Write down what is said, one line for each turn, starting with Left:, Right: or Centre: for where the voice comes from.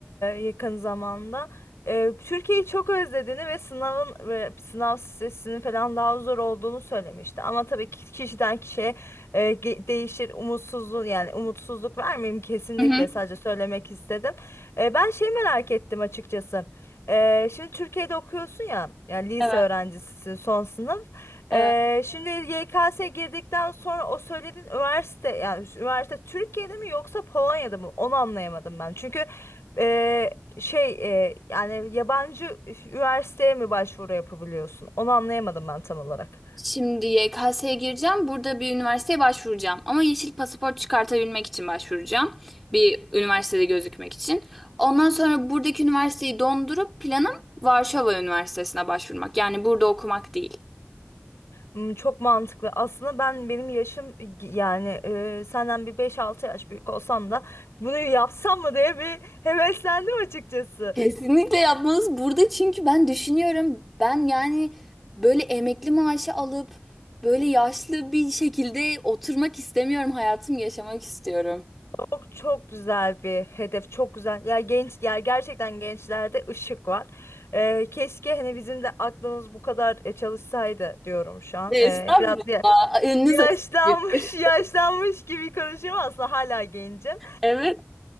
Left: yakın zamanda. Ee, Türkiye'yi çok özlediğini ve sınavın ve sınav stresinin falan daha zor olduğunu söylemişti. Ama tabii ki kişiden kişiye e, ge- değişir. Umutsuzluğu yani umutsuzluk vermeyeyim kesinlikle
Centre: Hı hı.
Left: sadece söylemek istedim. Ee, ben şey merak ettim açıkçası. Ee, şimdi Türkiye'de okuyorsun ya, yani lise
Centre: Evet,
Left: öğrencisisin son sınıf. Ee,
Centre: evet.
Left: şimdi YKS girdikten sonra o söylediğin üniversite yani üniversite Türkiye'de mi yoksa Polonya'da mı? Onu anlayamadım ben. Çünkü e, şey e, yani yabancı üniversiteye mi başvuru yapabiliyorsun? Onu anlayamadım ben tam olarak.
Centre: Şimdi YKS'ye gireceğim. Burada bir üniversiteye başvuracağım. Ama yeşil pasaport çıkartabilmek için başvuracağım. Bir üniversitede gözükmek için. Ondan sonra buradaki üniversiteyi dondurup planım Varşova Üniversitesi'ne başvurmak. Yani burada okumak değil.
Left: Hmm, çok mantıklı. Aslında ben benim yaşım yani e, senden bir beş altı yaş büyük olsam da bunu yapsam mı diye bir heveslendim açıkçası.
Centre: Kesinlikle yapmanız burada çünkü ben düşünüyorum. Ben yani böyle emekli maaşı alıp böyle yaşlı bir şekilde oturmak istemiyorum. Hayatımı yaşamak istiyorum.
Left: Çok çok güzel bir hedef, çok güzel. Ya genç, ya gerçekten gençlerde ışık var. Ee, keşke hani bizim de aklımız bu kadar e, çalışsaydı diyorum şu an.
Centre: Ne
Left: Ee,
Centre: estağfurullah.
Left: biraz ya-
Centre: Önünüz
Left: yaşlanmış,
Centre: açık. güldür.
Left: <laughs> yaşlanmış gibi konuşuyorum aslında hala gencim.
Centre: Evet.